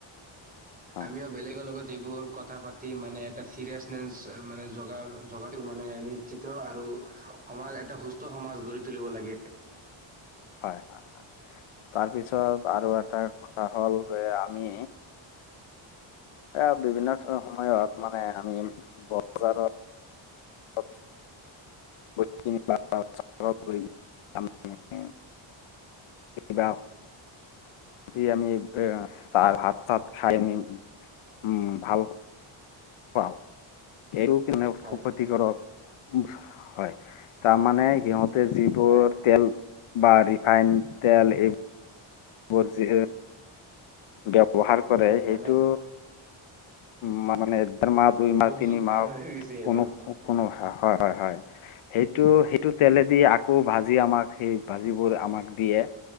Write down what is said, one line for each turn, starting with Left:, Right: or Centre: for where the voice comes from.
Left: হয়
Right: আমিও বেলেগৰ লগত এইবোৰ কথা পাতি মানে এটা চিৰিয়াচনেচ মানে জগা জগাটো মানে নিশ্চিত আৰু সমাজ এটা সুস্থ সমাজ গঢ়ি তুলিব লাগে।
Left: হয় হয় হয়। তাৰপিছত আৰু এটা কথা হ'ল যে আমি এ বিভিন্ন সময়ত মানে আমি বজাৰৰ <unintelligible> <unintelligible> <unintelligible> আমি উম তাৰ ভাত- চাত খাই আমি উম ভাল পা এইটো <unintelligible>
Right: হয়,
Left: ক্ষতিকাৰক হয়। তাৰমানে সিহঁতে যিবোৰ
Right: হয়,
Left: তেল বা ৰিফাইন তেল এইবো বোৰ যি ব্যৱহাৰ কৰে
Right: হয়
Left: সেইটো
Right: মানে
Left: উম মানে দেৰ মাহ, দুই মাহ,
Right: যুগ
Left: তিনি
Right: যুগ
Left: মাও
Right: পাৰ হৈ গৈছে এইবোৰ।
Left: কোনো কোনো হয় হয় হয় সেইটো সেটো তেলে দি আকৌ ভাজি আমাক সেই ভাজিবোৰ আমাক দিয়ে